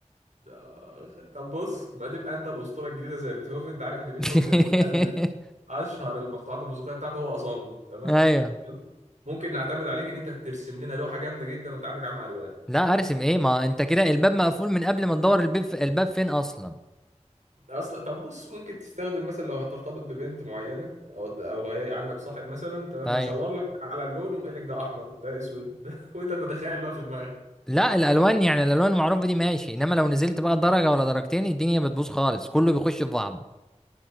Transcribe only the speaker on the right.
ده أخ- طب بص ما تبقى انت الاسطوره الجديده زي بيتهوفن انت عارف ان بيتهوفن
الف اشهر المقطوعات الموسيقيه بتاعته هو اصم تمام
ممكن نعتمد عليك ان انت ترسم لنا لوحه جامده جدا وانت عندك عمى الوان
اصلا طب بص ممكن تستخدم مثلا لو هترتبط ببنت معينه او او هي عندك صاحب مثلا تمام
يشاور لك على اللون يقوم قايل لك ده احمر ده اسود ده <laughs> وانت تتخيل بقى في دماغك